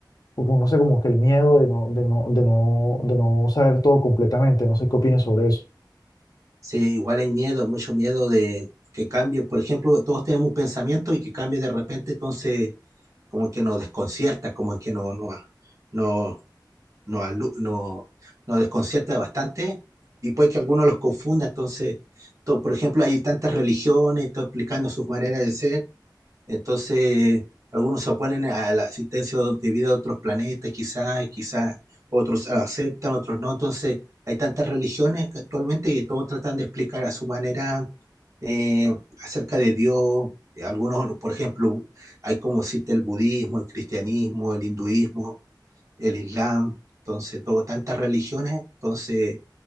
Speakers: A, on the left; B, on the right.
A: como no sé, como que el miedo de no, de no, de no, de no saber todo completamente, no sé qué opinas sobre eso.
B: Sí, igual hay miedo, mucho miedo de que cambie. Por ejemplo, todos tenemos un pensamiento y que cambie de repente, entonces como que nos desconcierta, como que no, no, no, nos, alu- nos, nos desconcierta bastante y puede que algunos los confunda. Entonces, to- por ejemplo, hay tantas religiones, todo explicando sus maneras de ser. Entonces, algunos se oponen a la existencia de vida de otros planetas, quizás, y quizás otros la aceptan, otros no. Entonces, hay tantas religiones que actualmente y todos tratan de explicar a su manera eh, acerca de Dios. Algunos, por ejemplo, hay como existe el budismo, el cristianismo, el hinduismo el Islam, entonces todo, tantas religiones. Entonces,